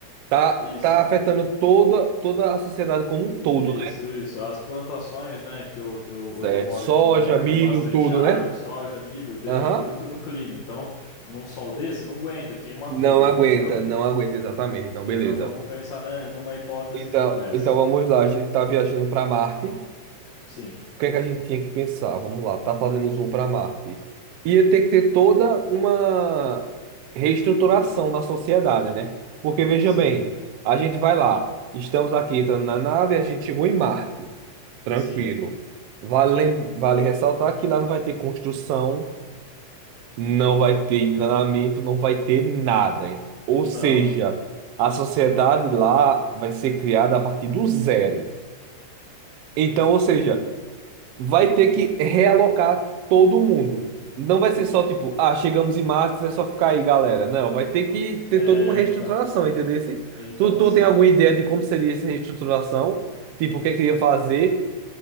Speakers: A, on the right; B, on the left.
A: tá,
B: isso.
A: tá afetando toda, toda a sociedade como um todo,
B: Isso,
A: né?
B: isso. As plantações, né, que eu, eu-
A: Certo,
B: hoje eu moro
A: soja,
B: aqui num lugar
A: milho,
B: que tem bastante
A: tudo,
B: agro,
A: né?
B: soja, milho, dependem
A: Aham.
B: muito do clima. Então, num sol desse, não aguenta, queima
A: Não
B: tudo,
A: aguenta,
B: entendeu?
A: não aguenta exatamente, não,
B: Então,
A: beleza.
B: vamos pensar, né, numa hipótese
A: Então,
B: como essa.
A: então vamos lá, a gente está viajando para Marte.
B: Sim,
A: O que é que a gente tinha que pensar? Vamos lá, tá fazendo voo para Marte. Ia ter que ter toda uma reestruturação na sociedade, né? Porque veja
B: sim,
A: bem, a gente vai lá, estamos aqui entrando na nave, a gente chegou em Marte, tranquilo.
B: sim,
A: Vale, lem- vale ressaltar que lá não vai ter construção, não vai ter encanamento, não vai ter nada. Ou
B: não.
A: seja, a sociedade lá vai ser criada a partir do zero. Então, ou seja, vai ter que realocar todo mundo. Não vai ser só tipo, ah, chegamos em março, é só ficar aí, galera. Não, vai ter que ter
B: É,
A: toda uma reestruturação,
B: então,
A: entendeu? Se-
B: então,
A: Tu, tu
B: sim.
A: tem alguma ideia de como seria essa reestruturação? Tipo, o que é que ia fazer?